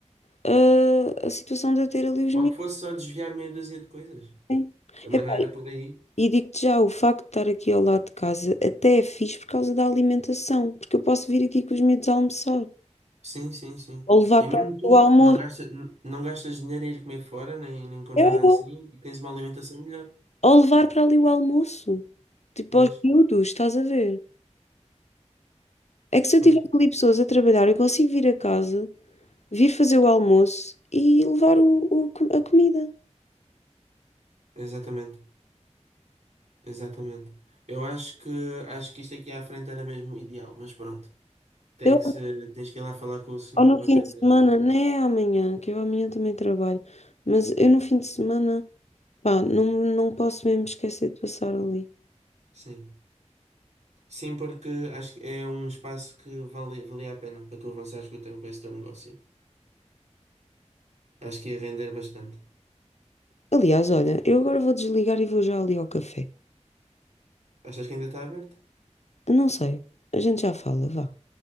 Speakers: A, on the left; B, on the right.
A: eh, a situação de eu ter ali os
B: Ou
A: miúdos.
B: que fosse só desviar meia dúzia de coisas.
A: né?
B: Também
A: Epá,
B: não era por aí.
A: e digo-te já, o facto de estar aqui ao lado de casa até é fixe por causa da alimentação, porque eu posso vir aqui com os meus almoçar,
B: Sim, sim, sim.
A: ou levar
B: E
A: para
B: mesmo
A: ali
B: tu
A: o almoço,
B: não gastas, n- não gastas dinheiro a ir comer fora, nem, nem com nada
A: É, é.
B: assim, e tens uma alimentação melhor.
A: ou levar para ali o almoço, tipo
B: Pois,
A: aos miúdos, estás a ver? É que se
B: pois,
A: eu tiver ali pessoas a trabalhar, eu consigo vir a casa. vir fazer o almoço e levar o, o co- a comida.
B: exatamente. Exatamente. Eu acho que acho que isto aqui à frente era mesmo o ideal, mas pronto. Tem
A: Eu,
B: que ser, tens que ir lá falar com o senhor
A: ou no
B: para
A: fim
B: ver.
A: de
B: eh,
A: semana, nem é amanhã, que eu amanhã também trabalho, mas eu no fim de semana, pá, não, não posso mesmo esquecer de passar ali.
B: Sim. Sim, porque acho que é um espaço que vale, valia a pena para tu avançares com o teu, com esse teu negócio. Acho que ia render bastante.
A: Aliás, olha, eu agora vou desligar e vou já ali ao café.
B: Achas que ainda está aberto?
A: Eu Não sei, a gente já fala, vá,